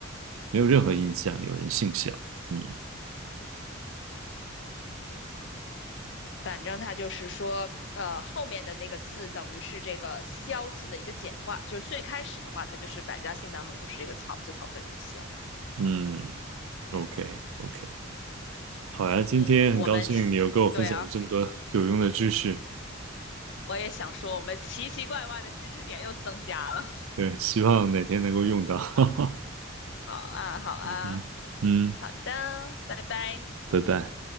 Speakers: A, on the right; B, on the left.
A: 没有任何印象，有人姓小。嗯
B: 反正它就是说，呃，后面的那个字等于是这个萧字的一个简化，就是最开始的话，它就是百家姓当中就是这个草字头的这个萧。
A: 嗯，OK OK，好呀，今天很高兴你又跟我分享了这么多有用的知识，
B: 嗯，我们对啊。我也想说，我们奇奇怪怪的知识点又增加了。<laughs>
A: 对，希望哪天能够用到。<laughs>
B: 好啊，好啊，
A: 嗯哼，嗯，
B: 好的，拜拜。
A: 拜拜。